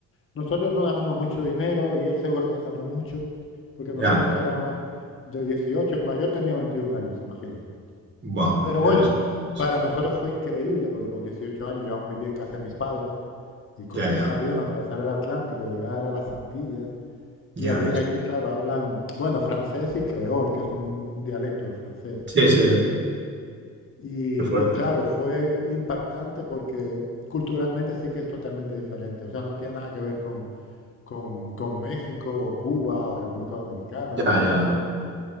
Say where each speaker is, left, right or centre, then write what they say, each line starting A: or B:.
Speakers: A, on the left; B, on the right.
A: Nosotros no ganamos mucho dinero y él seguro que ganó mucho, porque nosotros
B: Ya.
A: éramos de 18, el mayor tenía 21 años, imagínate.
B: Wow.
A: Pero
B: Ya
A: bueno,
B: ves. qué jóvenes.
A: para nosotros fue increíble, porque con 18 años yo aún vivía en casa de mis padres, y coger
B: Ya, ya.
A: un avión, atravesar el Atlántico, llegar a las Antillas,
B: Ya
A: y allí
B: ves.
A: en Haití, claro, hablan, bueno, francés y creol, que es como un, un dialecto del francés.
B: Sí, sí.
A: Y,
B: Qué fuerte.
A: y claro, fue impactante porque culturalmente sí que es totalmente diferente. O sea, no tiene nada que ver con, con, con México o Cuba o República Dominicana,
B: Ya,
A: no tiene
B: ya.
A: nada que ver con eso.